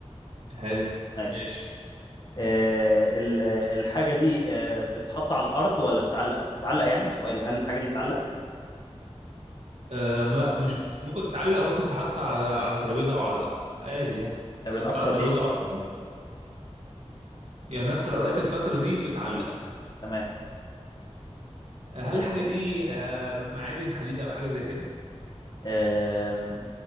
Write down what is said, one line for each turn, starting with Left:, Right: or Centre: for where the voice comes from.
Right: حلو
Left: ماشي
Right: ماشي
Left: آه، ال- الحاجة دي آه، بتتحط على الأرض ولا بتتعلق؟ بتتعلق يعني سؤال هل الحاجة دي بتتعلق؟
Right: آه ما- لا مش بت... ممكن تتعلق أو ممكن تحط على على ترابيزة أو على عادي يعني ممكن
Left: طب
Right: تحط
Left: الأكتر
Right: على ترابيزة
Left: إيه؟
Right: أو على يعني أكتر أوقات الفترة دي بتتعلق
Left: تمام
Right: هل
Left: ماشي
Right: الحاجة
Left: اسم
Right: دي آه، معادن حديد أو حاجة زي كده؟
Left: آم،